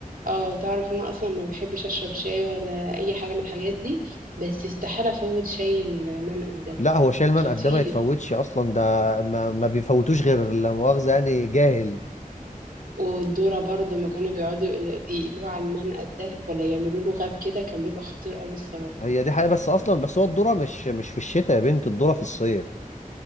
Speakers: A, on the right; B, on the left.
A: اه تعرف ان انا اصلا ما بحبش اشرب شاي ولا اي حاجه من الحاجات دي بس استحاله افوت شاي المنقل ده
B: لا هو شاي المنقد
A: خطير
B: ده ما يتفوتش اصلا ده ما, ما بيفوتوش غير لا مؤاخذة يعني جاهل
A: والدورة برضه لما كانوا بيقعدوا يقل- يقلوا على المنقد ده ولا يعملوا له غاب كده كان بيبقى خطير قوي الصراحة
B: هي دي حقيقة بس اصلا بس هو الذرة مش مش في الشتاء يا بنت الذرة في الصيف